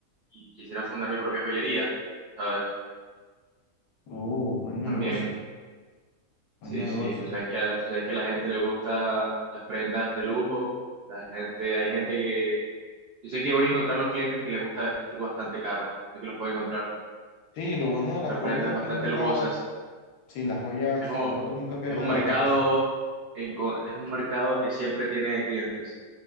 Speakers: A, on the right; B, on the left.
A: y quisiera fundar mi propia joyería, ¿sabes?
B: Uh, buen negocio,
A: También,
B: buen
A: sí,
B: negocio.
A: sí, tú sabes que a, tú sabes que a la gente le gusta las prendas de lujo, la gente, hay gente que, yo sé que voy a encontrar los clientes que les gusta vestir bastante caro, yo sé que los puedo encontrar,
B: Sí, lo bueno de las
A: ver
B: joyas
A: prendas
B: es
A: bastante
B: que nunca,
A: lujosas,
B: sí, las joyas,
A: Es un,
B: el oro nunca pierde
A: es un
B: valor,
A: mercado,
B: así que,
A: en co- es un mercado que siempre tiene clientes.